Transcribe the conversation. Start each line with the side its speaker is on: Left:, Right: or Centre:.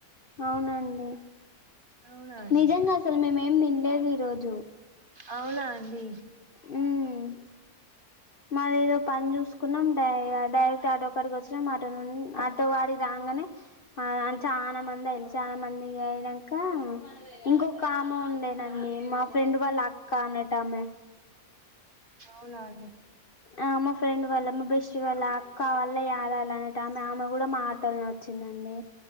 Left: అవునండి
Right: అవునా అండి
Left: నిజంగ అసలు మేమేం తినలేద ఈరోజు
Right: అవునా అండి
Left: హ్మ్ మాది ఏదో పని చూసుకున్నాం డైరెక్ట్ అటక్కడికి వచ్చినాం అట అటు వాడి రా గనే చాలా మంది అయింది చాలా మంది ఇగ ఐనంక ఇంకొక ఉండేనండి మా ఫ్రెండ్ వాళ్ళ అక్క అనట్టమే
Right: అవున అండి
Left: ఆ మా ఫ్రెండ్ వాల్ల మా బెస్ వాళ్ళ అక్క వాల్ల దాల అన్నట్టు ఆమె ఆమె కూడ మా ఆటో లోనే వచ్చింది అండి